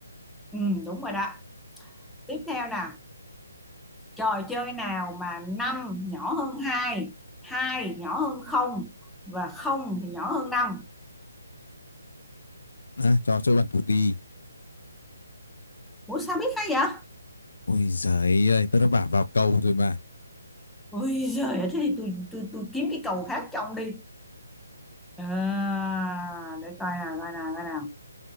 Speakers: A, in the centre; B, on the left (about 70°).
A: Ừ, đúng rồi đó. Tiếp theo nè, trò chơi nào mà 5 nhỏ hơn hai 2 nhỏ hơn không và không thì nhỏ hơn 5.
B: À, trò chơi bản tù tì.
A: Ủa sao biết hay vậy?
B: Ôi giời ơi, tôi đã bảo vào cầu rồi mà.
A: ui giời ơi, thế thì tôi tôi tôi kiếm cái câu khác cho ông đi. À, để coi nào, coi nào, coi nào.